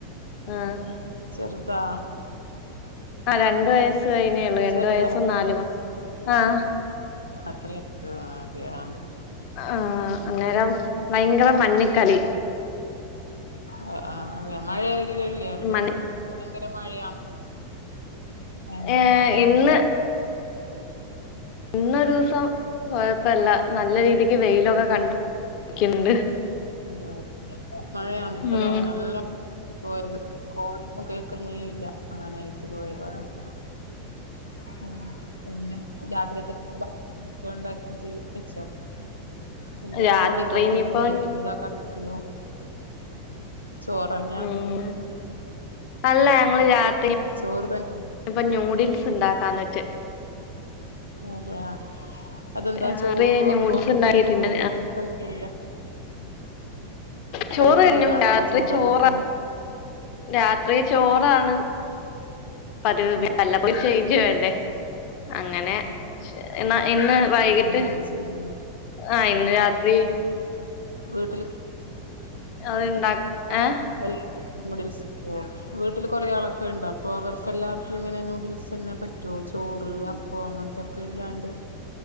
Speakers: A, on the left (about 40°); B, on the left (about 80°).
A: ആഹ്
B: ചെറ്താ
A: ആഹ് രണ്ട് വയസ്സ് കയിനേള്ളു രണ്ട്
B: ചെറുതാ
A: വയസ്സും നാല് മാസും ആഹ്
B: അത്രേ ആയിട്ടാെള്ളു ആഹ് അതേ ആഹ്
A: അഹ് ആഹ് അന്നേരം ഭയ്ങ്കര മണ്ണിൽ കളി
B: ആഹ് ആഹ് അതെയാ മഴെ ഇല്ല്യല്ല്യാ ഇവെട
A: മണ്
B: ഭയങ്കെര മഴയാന്ന് ഭയങ്കര
A: ഏഹ്
B: മഴയാന്ന്
A: ഇന്ന് ഇന്നൊരൂസം കൊഴപ്പല്ല നല്ല രീതിക്ക് വെയ്ലൊക്കെ കണ്ട് ക്ക്യ്ണ്ട്
B: <unintelligible> മഴയാന്ന് ഇപ്പഴോ
A: ഉം
B: നല്ല പോയെത് കോളാെന്നും കേക്ക്ന്നേ ഇല്ല ആഹ് നയ്റ്റ് പോയതാരന്റ് ആഹ് പിന്നെ രാത്രിയെത്തെ <unintelligible> ക്കൊണ്ടാക്കിറ്റ് വെച്ചോ എന്താ
A: രാത്രി
B: പൊടികള്
A: ഇനിയിപ്പം
B: അങ്ങെനെ പോയ് ന്താ കറിക്ക് <unintelligible> ചോറെന്ന്യാ
A: ഉം അല്ല ഞങ്ങള് രാത്രി
B: ചോറ് തൻ
A: ഇപ്പം ന്യൂഡിൽസ് ഇണ്ടാക്കാന്ന് വെച്ച്
B: അതെയാ അതെന്താ
A: രാത്രി
B: ചോറും
A: ന്യൂഡിൽസ്
B: അപ്പം അങ്ങൻത്തെ
A: ഉണ്ടാക്കിയിട്ടുണ്ട്
B: ഒന്നും കഴിക്ക്യൂലേ
A: ചോറ്
B: കഴിക്കലില്ല
A: തിന്നും
B: അപ്പോ
A: രാത്രി
B: ചോറ്
A: ചോറ
B: അങ്ങനത്തൊന്നും
A: രാത്രി ചോറാണ് പതിവ്
B: അല്ല
A: പിന്നെ വല്ല പ്പോയും ചെയ്ഞ്ച് വേണ്ടേ അങ്ങെനെ ഇന്ന് ഇന്ന് വൈകിട്ട്
B: അങ്ങനെ ചെയ്യുന്നു
A: ആഹ് ഇന്ന് രാത്രി
B: വീട്ട്ൽ
A: അത്ണ്ടാ ഏഹ്
B: ൽ നൂഡിൽസ് ഉം വീട്ടില് കൊറെ ആളൊക്കെ ണ്ടൊ അപ്പൊ അവർക്ക് എല്ലാർക്കും ഇങ്ങനെ നൂഡിൽസ് എന്നെ പറ്റുഓ ചോറ് അപ് ഓഹ് അങ്ങനത്തൊക്കെ ഇല്ലാണ്ട്